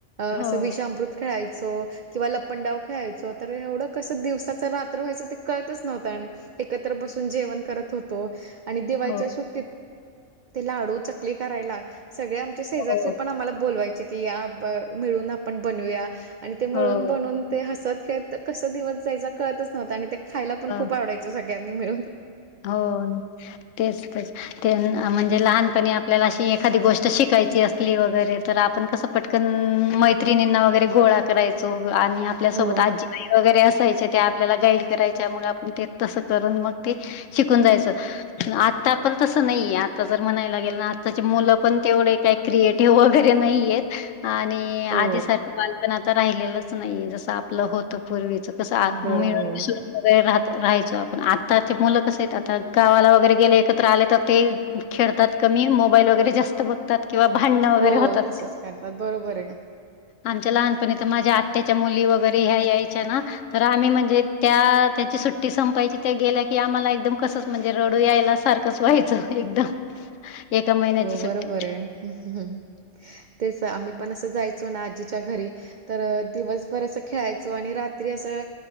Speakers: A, on the left (about 80°); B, on the right (about 60°).
A: हो,
B: असं विषामृत खेळायचो किंवा लपन डाऊन खेळायचो तर एवढं कसं दिवसाचं रात्र व्हायं ते कळतच नव्हतं आणि एकत्र बसून जेवण करत होतो आणि दिवाळीच्या
A: हो,
B: सुट्टीत ते लाडू चकली करायला सगळे आमचे शेजारचे
A: हो,
B: पण आम्हाला बोलवायचे मिळून आपण बनूया आणि ते मिळून
A: हो,
B: बनून ते हसत खेळत कस दिवस जायचं कळतच नव्हं आणि ते खायला पण
A: हं,
B: खूप आवडायचं सगळ्यांनी मिळून
A: हो तेच तर ते म्हणजे लहानपणी आपल्याला अशी एखादी गोष्ट शिकायची असली वगैरे तर आपण कसं पटकन मैत्रिणींना वगैरे गोळा करायचा आणि आपल्यासोबत
B: हो
A: आजीबाई वगैरे असायचे ते आपल्याला गाईड करायच्या मग आपण ते तसं करून मग ते शिकून जायचं आता पण तसं नाहीये आता जर म्हणायला गेल ना आत्ताची मुलं पण तेवढे काय क्रिएटिव्ह वगैरे नाही येत आणि
B: हो
A: आधीसारखे बाल पण आता राहिलेलंच नाहीये जस आपलं होतं पूर्वीच कसं
B: बरोबर
A: मिळून मिसळून
B: आहे
A: वगर राह राहायचो आपण आता ते मुलं कस आहेत आता गावाला वगैरे गेले एकत्र आले तर ते खेळतात कमी मोबाईल वगैरे जास्त बघ किंवा भांडण वगैरे
B: हो
A: होतात
B: तसच करतात बरोबर आहे
A: आमच्या लहानपणी तर माझ्या आ त्याच्या मुली वगैरे ह्या यायच्या ना तर आम्ही म्हणजे त्या त्यांची सुट्टी संपायची त्या गेल्या की आम्हाला एकदम कसंच म्हणजे रडू यायला सारखंच व्हायचं एकदम एका महिन्याची
B: हो
A: सुट्टी
B: बरोबर आहे तेच आम्ही पण असं जायचो ना आजीच्या घरी तर दिवसभर असं खेळायचो आणि रात्री असं